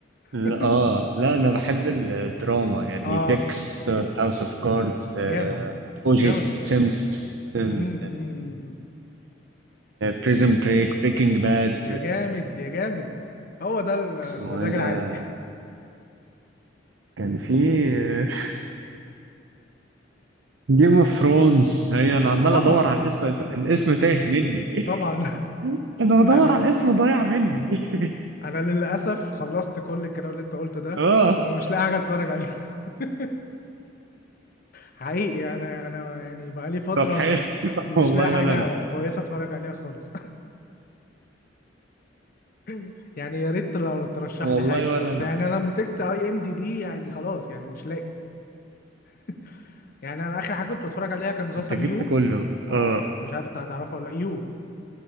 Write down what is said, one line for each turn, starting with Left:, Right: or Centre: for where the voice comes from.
Right: لا
Left: <laughs>
Right: اه لا انا بحب الدراما يعني
Left: اه
Right: ديكستر هاوس اوف كاردز
Left: جامد
Right: او جي
Left: جامد والله
Right: سيمبسون
Left: امم امم أمم.
Right: بريزن بريك بريكنج باد
Left: يا جامد يا جامد هو ده ال- المزاج
Right: اسمه ايه ده
Left: العالي
Right: كان في <laughs> جيم اوف ثرونز هي انا
Left: <laughs> اه
Right: عمال
Left: طبعا
Right: ادور على الاسم الاسم تايه مني
Left: طبعا
Right: <laughs> انا بدور
Left: <laughs> انا
Right: على الاسم ضايع مني <laughs>
Left: انا للاسف خلصت كل الكلام اللي انت قلته ده
Right: اه
Left: ومش لاقي حاجه اتفرج عليها <laughs> حقيقي انا انا يعني بقالي فتره
Right: طب حلو
Left: ما
Right: <laughs>
Left: مش
Right: والله
Left: لاقي حاجه
Right: ولا انا
Left: كويسه اتفرج عليها خالص <laughs> يعني يا ريت لو ترشح
Right: والله
Left: لي حاجه
Right: ولا
Left: بس
Right: انا
Left: يعني انا مسكت اي ام دي بي يعني خلاص يعني مش لاقي <laughs> يعني انا اخر حاجه كنت بتفرج عليها كان مسلسل
Right: انت جبت
Left: يو
Right: كله اه
Left: اه مش عارف انت هتعرفه ولا لأ، يو